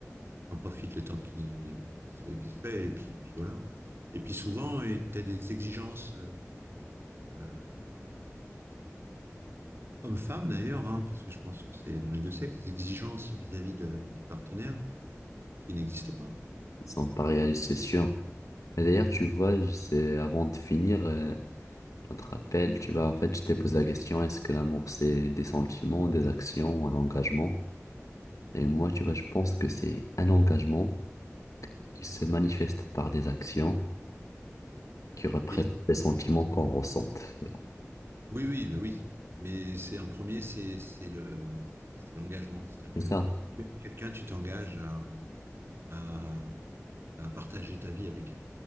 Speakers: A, on the right (about 50°); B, on the left (about 80°).
A: j'en profite le temps qui qui se qui se fait et puis puis voilà. Et puis souvent, tu as des exigences. euh, euh, Homme-femme d'ailleurs, hein, parce que je pense que c'est dans les deux sexes, des exigences vis-à-vis de- du partenaire qui n'existent pas.
B: Ils sont pas réalistes, c'est sûr. Et d'ailleurs, tu vois, je sais, avant de finir euh, notre appel, tu vois, en fait, je t'ai posé la question, est-ce que l'amour, c'est des sentiments, des actions ou un engagement? Et moi, tu vois, je pense que c'est un engagement qui se manifeste par des actions qui représentent
A: Oui,
B: des sentiments qu'on ressente.
A: oui, oui, oui. oui. Mais c'est en premier, c'est c'est le c'est l'engagement, c'est-à-dire que
B: C'est ça.
A: tu aimes quelqu'un, tu t'engages à, à, bah, à partager ta vie avec elle.